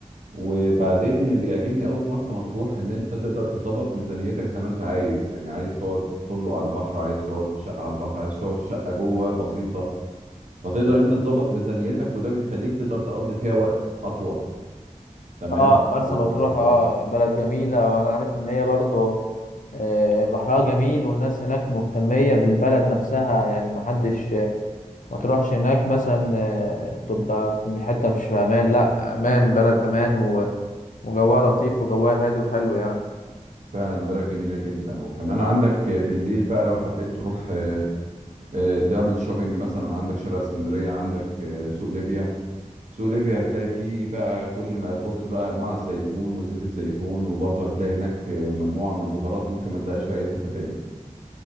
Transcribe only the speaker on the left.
اه مرسى
مطروح اه يعني بلد جميلة وانا عارف ان هي برضو آه، بحرها جميل والناس هناك مهتمية بالبلد نفسها يعني محدش ما تروحش هناك مثلا آه، تبقى في حتة مش في امان لا امان بلد امان و- وجواها لطيف وجواها هادي وحلو يعني